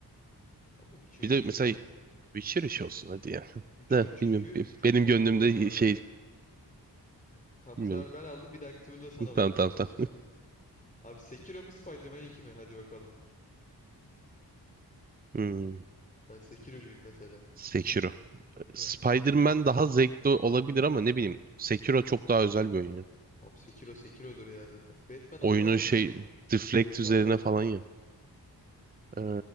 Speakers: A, on the left; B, on the right.
A: Ama Witcher
B: Bir
A: üç'tür
B: de mesela
A: ya.
B: Witcher iş olsun hadi ya. <laughs>
A: Witcher
B: De
A: üç çünkü
B: bilmiyorum be-
A: çok
B: benim
A: farklı
B: gönlümde
A: bir oyun abi
B: şey
A: ya. Tam
B: bilmiyorum.
A: bu sefer ben aldım bir dahaki turda sana
B: <laughs>
A: bırakacağım
B: Tamam tamam
A: seçimi.
B: tamam.
A: Abi Sekiro mu Spider-Man 2 mi? Hadi bakalım.
B: Hmm.
A: Ben Sekirocuyum mesela.
B: Sekiro.
A: Değil
B: Spider-Man
A: mi?
B: daha zevkli olabilir ama ne bileyim Sekiro çok daha özel bir oyun
A: Abi Sekiro Sekiro'dur ya zaten. Batman Asylum
B: Oyunu şey
A: mu?
B: Deflect
A: GTA
B: üzerine
A: 4
B: falan
A: mü?
B: ya. Ee,